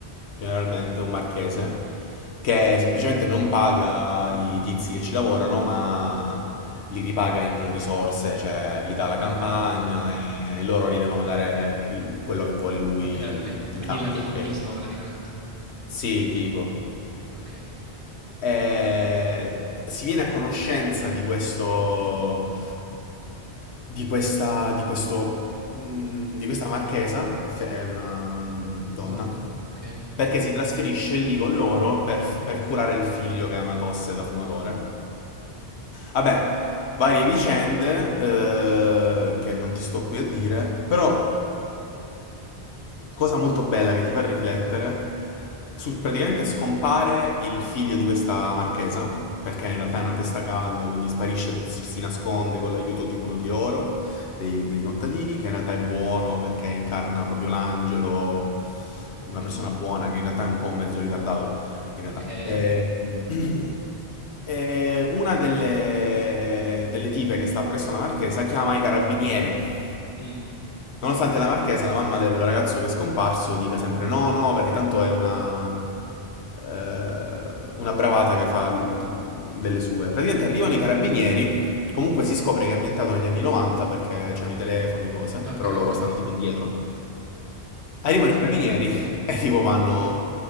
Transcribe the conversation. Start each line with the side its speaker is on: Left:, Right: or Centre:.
Left: generalmente un marchese, che semplicemente non paga i tizi che ci lavorano, ma li ripaga in risorse, cioè gli dà la
Right: Ah,
Left: campagna e loro gli devono dare il- quello che vuole lui
Right: okay, okay.
Left: in
Right: Quindi
Left: cambio,
Right: il latifondismo
Left: ok?
Right: praticamente.
Left: Sì, tipo.
Right: Okay.
Left: eh, si viene a conoscenza di questo, di questa, di questo, mm, di questa marchesa, è fe- è una mm, donna,
Right: Madonna, okay,
Left: perché si trasferisce lì con loro per, per curare il figlio che ha una tosse da fumatore. Vabbè, varie vicende eh, che non ti sto qui a dire, però cosa molto bella che ti fa riflettere, su- praticamente scompare il figlio di questa marchesa, perché in realtà è una testa calda, quindi sparisce, si si nasconde con l'aiuto di uno di loro, dei, dei contadini, che in realtà è buono perché incarna proprio l'angelo,
Right: okay,
Left: una persona buona che in realtà è un po' un mezzo ritardato, in realtà.
Right: okay.
Left: Eh, <clears throat> eh, una delle, delle tipe che sta presso la marchesa chiama i carabinieri
Right: Mh,
Left: Nonostante la marchesa, la mamma del ragazzo che è scomparso, dica sempre no, no, perché tanto è una, eh, una bravata che fa l- delle sue. Praticamente arrivano i carabinieri, comunque si scopre che è ambientato negli anni 90 perché c'hanno i telefoni, cose, però
Right: okay,
Left: loro
Right: okay.
Left: stanno tipo indietro. Arrivano i carabinieri <laughs> e tipo vanno,